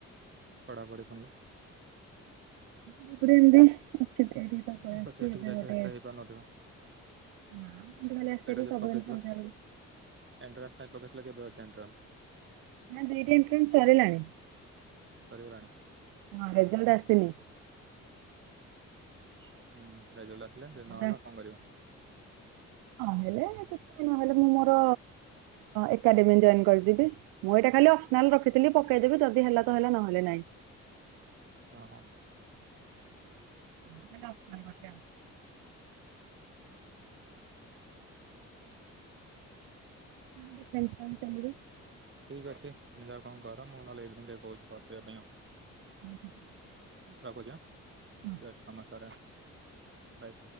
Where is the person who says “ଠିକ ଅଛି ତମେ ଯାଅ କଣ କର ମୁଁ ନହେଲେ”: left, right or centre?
Right